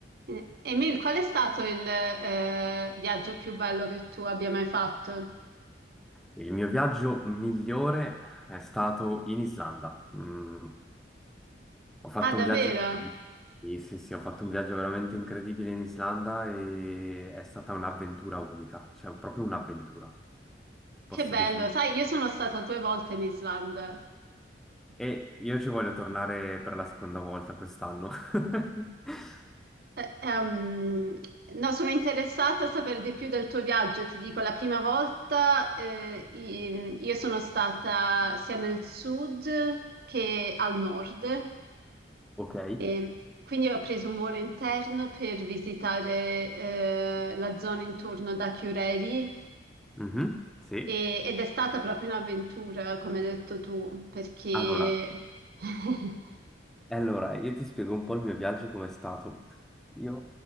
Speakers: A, on the right; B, in the centre.
A: Eh, Emil, qual è stato il eh, viaggio più bello che tu abbia mai fatto?
B: Il mio viaggio migliore è stato in Islanda. Mm, ho fatto
A: Ah, davvero?
B: un viaggio, sì, sì, sì, ho fatto un viaggio veramente incredibile in Islanda e è stata un'avventura unica, cioè proprio un'avventura, posso
A: Che bello!
B: definire.
A: Sai, io sono stata due volte in Islanda.
B: E io ci voglio tornare per la seconda volta quest'anno. <laughs>
A: Eh, ehm, no, sono interessata a sapere di più del tuo viaggio. Ti dico, la prima volta eh, i- io sono stata sia nel sud che al nord
B: Ok?
A: e quindi ho preso un volo interno per visitare eh, la zona intorno da Chiureri
B: Mhm, sì.
A: E- ed è stata proprio un'avventura, come hai detto tu, perché...
B: Allora,
A: <laughs>
B: E Allora, io ti spiego un po' il mio viaggio com'è stato. Io